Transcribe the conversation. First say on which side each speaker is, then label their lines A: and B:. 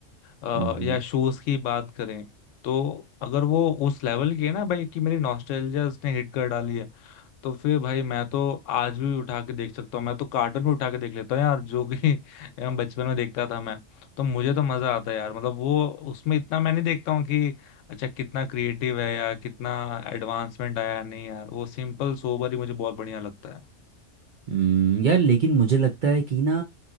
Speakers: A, on the left; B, on the right.
A: अ,
B: हम्म
A: या शूज की बात करें तो अगर वो उस लेवल की है ना भाई कि मेरी नॉस्टैल्जिया उसने हिट कर डाली है तो फिर भाई मैं तो आज भी उठा के देख सकता हूँ मैं तो कार्टून भी उठा के देख लेता हूँ यार जो कि <laughs> हम बचपन में देखता था मैं तो मुझे तो मजा आता है यार मतलब वो उसमें इतना मैं नहीं देखता हूँ कि अच्छा कितना क्रिएटिव है या कितना एडवांसमेंट आया नहीं यार वो सिंपल सोबर ही मुझे बहुत बढ़िया लगता है
B: हम्म, यार लेकिन मुझे लगता है कि ना